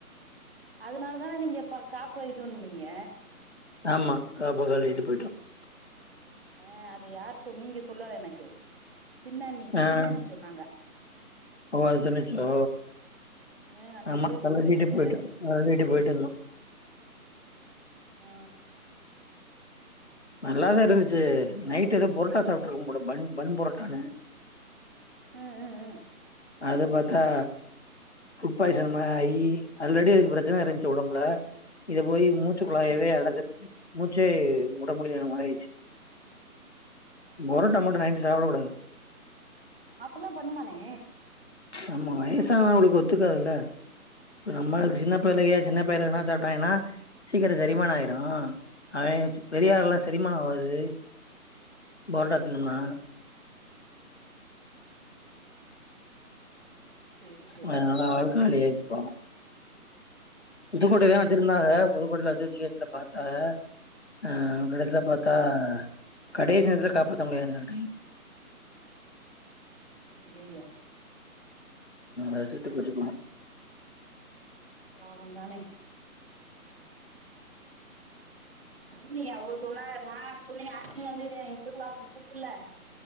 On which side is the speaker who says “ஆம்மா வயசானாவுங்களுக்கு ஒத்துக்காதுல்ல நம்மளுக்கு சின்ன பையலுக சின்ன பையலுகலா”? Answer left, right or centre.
Left